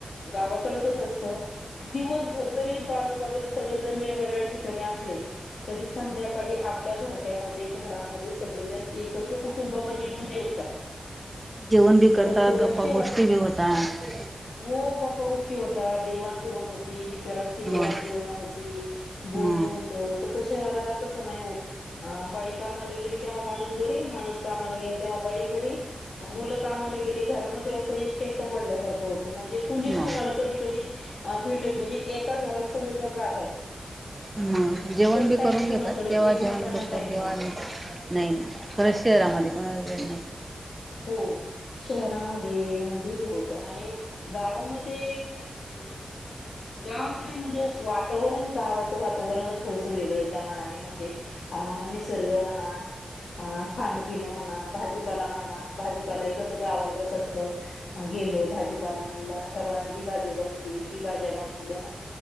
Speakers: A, on the left; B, on the right.
A: गावाकडे कस असतं दिवसभर जरी बाजूबाजूला सगळेजण वेगवेगळ्या ठिकाणी असले. तरी संध्याकाळी आपल्या घरट्यामध्ये घरामध्ये सगळेज एकत्र कुटुंबामध्ये येऊन जेवतात.
B: जेवण बी करतात
A: तसश
B: गप्पा गोष्टी बी होतात
A: हो गप्पा गोष्टी होता देवाण घेवाण होती. विचारांची देवाणघेवाण
B: मग
A: होती बोलणं
B: मग
A: होत तस शहराला तसं नाही हो. ह बाईक आमला गेली तेव्हा माणूस माणूस काे तेव्हा बाई घरी मुल कामाला गेली घरामधे एकट एकट पडल्यासारखं होत म्हणजे कुणीच
B: मग
A: कुणाला कधी कधी भेट म्हणे एका घरात सगळेजण राहतात.
B: ह जेवण
A: पण
B: बी
A: टाइम
B: करून
A: कुणाकडे
B: घेतात केव्हा
A: एकमेकांना
B: जेवण करतो
A: टाइम
B: केव्हा नाही नाही. शहरातमध्ये को न.
A: हो शहरामध्ये म्हणजे हे हो. आणि गावामध्ये ह. गावामध्ये म्हणजे वातावरण गावाचं वातावरण थोडसं वेगळं त्या मनाने म्हणजे हा निसर्ग म्हणा. अ खाण पिण म्हणा भाजीपाला म्हणा भाजीपालाही कसं गावाला बस असतं. भाजीपाला आणला ह्याव ही भाजी बनवली. भाज्या बनवल्या